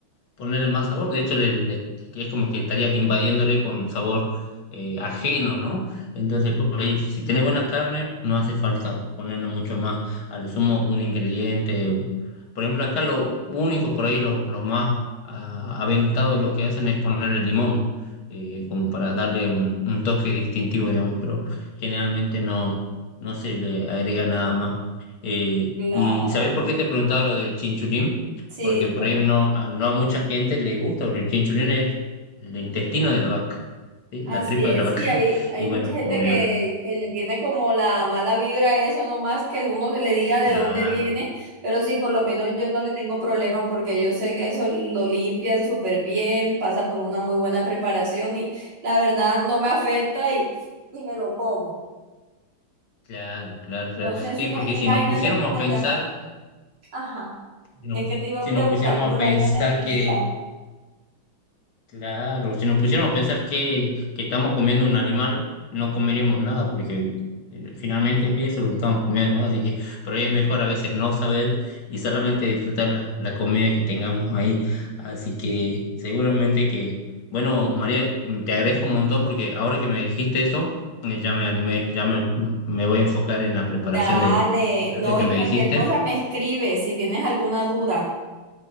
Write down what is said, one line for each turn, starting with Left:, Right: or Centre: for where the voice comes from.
Left: ponerle más sabor. De hecho, le- le- es como que estarías invadiéndole con sabor eh, ajeno, ¿no? Entonces, por ahí, si tenés buena carne, no hace falta ponerle mucho más, al sumo un ingrediente. o- Por ejemplo, acá lo único, por ahí lo, lo más ah, aventado lo que hacen es ponerle limón, eh, como para darle un, un toque distintivo, digamos, pero generalmente no, no se le agrega nada más. Eh,
Right: Claro.
Left: ¿y sabés por qué te preguntaba lo del chinchulín?
Right: Sí,
Left: porque por
Right: bueno,
Left: ahí no, a, no a mucha gente le gusta, porque el chinchulín es el intestino de la vaca, ¿sí?
Right: así
Left: La tripa de
Right: es.
Left: la vaca.
Right: Sí, hay,
Left: <laughs>
Right: hay
Left: Y bueno,
Right: mucha gente
Left: obvio,
Right: que, que le tiene como la mala vibra a eso, no más que uno se le diga de
Left: claro,
Right: dónde viene, pero sí, por lo menos yo no le tengo problema porque yo sé que eso lo limpian súper bien, pasa por una muy buena preparación y la verdad no me afecta y, y me lo como.
Left: claro, claro, claro.
Right: Entonces,
Left: Sí,
Right: sí me,
Left: porque
Right: imagínate
Left: si nos pusiéramos
Right: que mañana,
Left: a pensar,
Right: ajá,
Left: si nos,
Right: es que te iba
Left: si
Right: a preguntar
Left: nos pusiéramos
Right: por
Left: a pensar
Right: algo en especial.
Left: que Claro, si nos pusiéramos a pensar que, que estamos comiendo un animal, no comeríamos nada, porque eh, finalmente es eso lo que estamos comiendo, ¿no? Así que por ahí es mejor a veces no saber y solamente disfrutar la, la comida que tengamos ahí. Así que seguramente que, bueno, María, te agradezco un montón porque ahora que me dijiste eso, eh, ya me animé, ya me, me voy a enfocar en la preparación
Right: Dale,
Left: de- del plato
Right: no,
Left: que
Right: y
Left: me
Right: cualquier
Left: dijiste.
Right: cosa me escribes si tienes alguna duda.